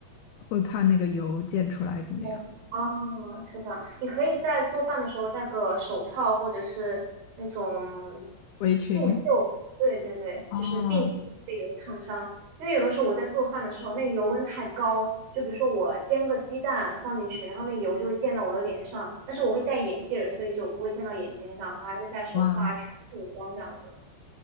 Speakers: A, on the left; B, on the right.
A: 会怕那个油溅出来怎么样。
B: <laughs> 哦，是这样。你可以在做饭的时候戴个手套，或者是那种
A: 围裙。
B: 护袖。对对对，
A: 哦，
B: 就是避免自己被油烫伤。因为有的时候我在做饭的时候，那个油温太高，就比如说我煎个鸡蛋放进去，然后那油就会溅到我的脸上。但是我会戴眼镜儿，所以就不会溅到眼睛上。我还会戴手套啊，
A: 哇
B: 全副武装这样子。